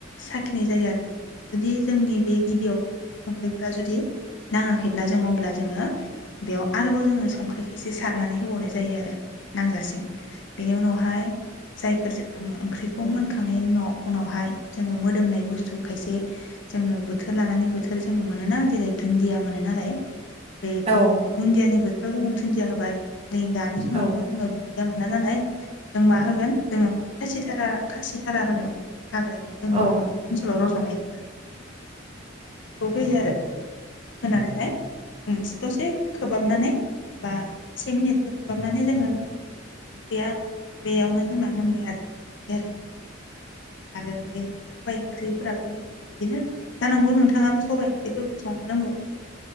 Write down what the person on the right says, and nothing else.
औ
औ
ओ